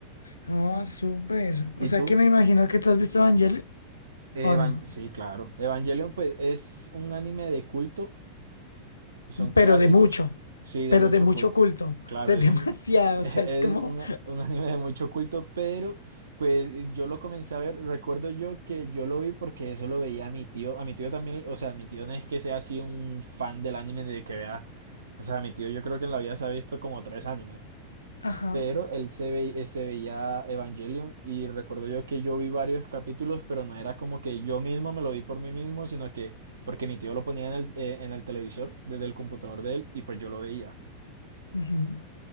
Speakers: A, on the left; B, on the right.
A: Ah, súper.
B: ¿Y
A: O sea
B: tú?
A: que me imagino que te has visto Evangelion,
B: Evan-
A: ¿o no?
B: sí, claro. Evangelion, pues, es un anime de culto. Son clásicos.
A: pero de mucho,
B: Sí, de
A: pero
B: mucho
A: de mucho
B: culto.
A: culto,
B: Claro,
A: <laughs> de
B: es
A: demasiado,
B: un, <laughs> es
A: o sea, es como,
B: un, un anime de mucho culto, pero pues yo lo comencé a ver. Recuerdo yo que yo lo vi porque eso lo veía a mi tío. A mi tío también, o sea, mi tío no es que sea así un fan del anime de que vea. O sea, mi tío yo creo que en la vida se ha visto como tres animes.
A: ajá,
B: Pero él se ve, eh, se veía Evangelion y recuerdo yo que yo vi varios capítulos, pero no era como que yo mismo me lo vi por mí mismo, sino que porque mi tío lo ponía en el, eh, en el televisor desde el computador de él y pues yo lo veía.
A: ujú.